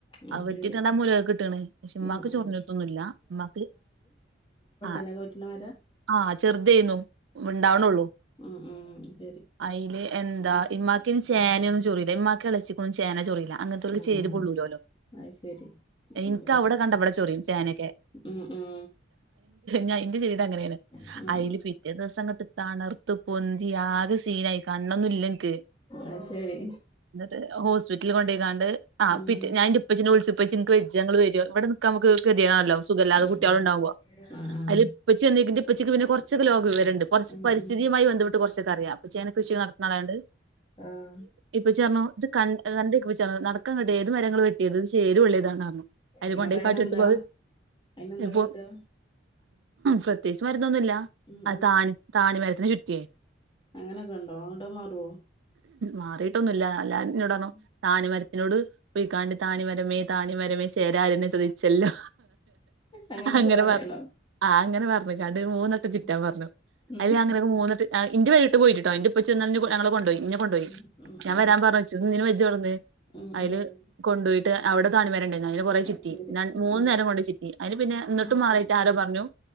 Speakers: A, on the left; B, on the right.
A: അത്
B: അ വെട്ടിട്ട്
A: ശരി
B: രണ്ട മൂലക്കെ കിട്ടാണ് പക്ഷെ ഉമ്മാക്ക്
A: ഉം ഉം
B: ചൊറഞ്ഞത്തൊന്നുമില്ല ഉമ്മാക്ക് ആഹ
A: െ പറ്റണേരാ
B: ആഹ ചെറുതായിന്നും ഉണ്ടാവണള്ളൂ
A: ഉം ഉം ശരി
B: അയില് എന്താ
A: ഉം
B: ഇമമാക്കിന് ശേനൊന്നും ചോറി ഉ്മാക്ക കളിച്ചിക്ക ചോ ചൊറയി അങ്ങനത്തെ
A: ആഹ്
B: ചേരു പൊള്ളൂലല്ലോ
A: ആഹ് അത് ശരി
B: എനിക്ക
A: ഉം
B: അവിടെ കണ്ടവിടെ ചോറിയും ചേനൊക്കെ
A: ഉം ഉം
B: ഞാൻ ഇന്റെ ചെടീട് അങ്ങനെയാണ്
A: ഉം
B: അയിൽ
A: ഉം ഉം
B: പിറ്റേ ദിവസംങ്ങട്ട് തണർത്ത പൊന്തി ആകെ സീന ആായി കണ്ണൊന്നും ഇല്ലക്ക്
A: അ ശരി
B: എന്നിട്ട് ഹോസ്പിറ്റല കൊണ്ടേക്ക ആ
A: ഉം
B: പി
A: ഉം
B: ഞാൻന്റെ ഇപ്പെ വിളിച്ചപ്പച്ച എനിക്ക് വെജഞങ്ങള്ൾ വര ഇവിടെ നി നമുക്ക് ്യണല്ല സഖല്ല അത
A: ഉം
B: കുട്ടികള ഉണ്ടാവുക
A: ആഹ് ആഹ്
B: അതില് ഇപ്പച്ച ചിി് ഇപ്പച്ചക്ക് പിെ കുറച്ചൊെ ലോം വിവരണ്ട് കുറച്ച്
A: ഉം
B: പരിസ്ഥിതിുമായി
A: ഉം
B: ബന്ധപ്പെട്ട് കുറച്ചൊക്ക അറിയാം പപ്പേ കൃഷി നടത്തുന്നളണ്ട്
A: ആഹ
B: ഇപ്പൊ ചേർന്ന ഇത് ക കണ്ട ഇപ്പ ചേർ നടക്കാ ക കേട്ടെ ഏത് മരങ്ങള് വെട്ടിയത് ശേരുവള്ളതാണ്ു അതിൽ
A: എന്നിട്ടയിനെന്താ
B: കൊണ്ടയി കാട്ട എടുത്തു പോത്
A: അയിനെന്താ
B: ഇപ്പൊ
A: കാട്ടാ
B: പ്രത്യേകിച്ച് മരുന്നൊന്നുമില്ല
A: ഉം
B: താണി താണി മരത്തിന് ചുറ്റിയേ
A: അങ്ങനെയൊക്കെ ഉണ്ടോ ട്ട മാറുവോ
B: മാറിയിട്ടൊന്നുമില്ലല്ല അല്ലാ
A: ഉം
B: ഇോടണോ താണിമ ോട് പോയിാി താണിമരമേ താണിമരമേ ചേര ിച്ചല്ലോ
A: അങ്ങനൊക്കെ
B: അങ്ങനെ
A: പറയണം
B: പറ ആ അങ്ങനെ പറഞ്ഞ രണ്ട് മൂന്നെട്ട്
A: ഉം
B: ചിറ്റാൻ പറഞ്ഞു
A: ഉം
B: അതില് അങ്ങനെയൊക്കെ മൂന്നെട്ട് ആ ഇന് വഴിട്ട പോയിട്ടോ ഇന്റെ ഇപ്പ ചെന്ന ഞങ്ങള് കൊണ്ടപോയി ഇെ കൊുപോയി
A: ഉം ഉം
B: ഞാൻ
A: ഉം
B: വരാൻ പറഞ്ഞ വച്ചി നിീന് വെജ് പറന്ന്
A: ഉം ഉം
B: അതില്
A: ഉം
B: കൊണ്ടു പോോയിട്ട് അവിടെ താണി വരണ്ട അന് കൊറെ
A: അത്
B: ചിറ്റി
A: ശരി ഉം
B: മൂന്നു
A: ഉം
B: നേരം കൊണ്ട് ചിറ്റി അതിന് പിന്നെ എന്നിട്ടും
A: ഉം
B: മാറിയിട്ട്
A: ഉം
B: ആരോ പറഞ്ഞു